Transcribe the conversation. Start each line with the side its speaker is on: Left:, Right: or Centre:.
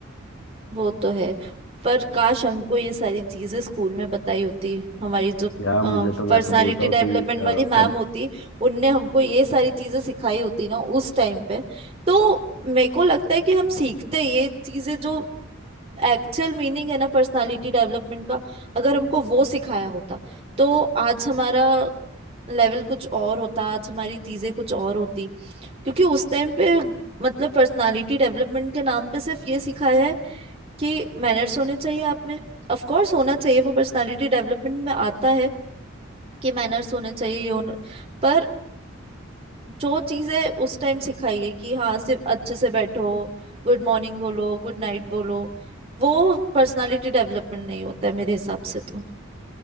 Right: वो तो है पर काश हमको ये सारी चीजें स्कूल में बताई होती हमारी जो
Left: यार
Right: पर्सनालिटी
Left: मुझे तो मैं तो बोलता हूँ
Right: डेवलपमेंट
Left: कि अ,
Right: वाली मैम
Left: कम
Right: होती उनने हमको ये सारी चीजें सिखाई होती ना उस टाइम पे तो मेरे को लगता है कि हम सीखते ये चीजें जो एक्चुअल मीनिंग है ना पर्सनालिटी डेवलपमेंट का अगर हमको वो सिखाया होता तो आज हमारा लेवल कुछ और होता आज हमारी चीजें कुछ और होती क्योंकि उस टाइम पे मतलब पर्सनालिटी डेवलपमेंट के नाम पे सिर्फ ये सिखाया है कि मैनर्स होने चाहिए आप में ऑफ कोर्स होना चाहिए वो पर्सनालिटी डेवलपमेंट में आता है कि मैनर्स होने चाहिए ये होना पर जो चीजें उस टाइम सिखाई है कि हाँ सिर्फ अच्छे से बैठो गुड मॉर्निंग बोलो गुड नाइट बोलो वो पर्सनालिटी डेवलपमेंट नहीं होता है मेरे हिसाब से तो